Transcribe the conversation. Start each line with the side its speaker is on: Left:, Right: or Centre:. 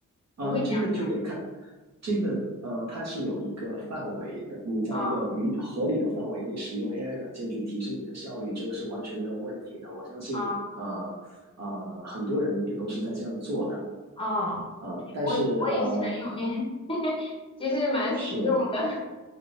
Right: 呃，
Left: 不会讲。
Right: 这个就得看，这个呃，它是有一个范围的，你在一个允合理的范围内使用
Left: 啊
Right: AI 软件去提升你的效率，这个是完全没有问题的。我相信，
Left: 啊
Right: 呃呃，很多人也都是在这样做的。
Left: 啊！
Right: 呃，但是呃，
Left: 我我也喜欢用 AI，<laughs> 其实蛮实用的。
Right: 是